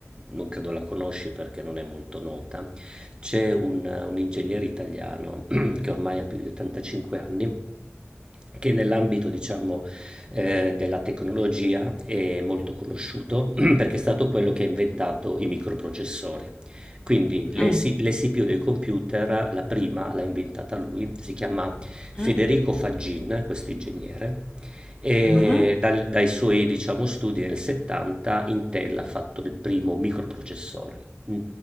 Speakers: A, on the right (about 20°); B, on the left (about 25°).
A: non credo la conosci perché non è molto nota. C'è un, un ingegnere italiano <clears throat> che ormai ha più di 85 anni, che nell'ambito, diciamo, eh, della tecnologia è molto conosciuto <clears throat> perché è stato quello che ha inventato i microprocessori. Quindi le
B: Mm.
A: si- le CPU dei computer, la prima l'ha inventata lui, si chiama Federico
B: Mm.
A: Faggin, questo ingegnere, e
B: Mhm.
A: dal- dai suoi, diciamo, studi nel 70 Intel ha fatto il primo microprocessore. Mm.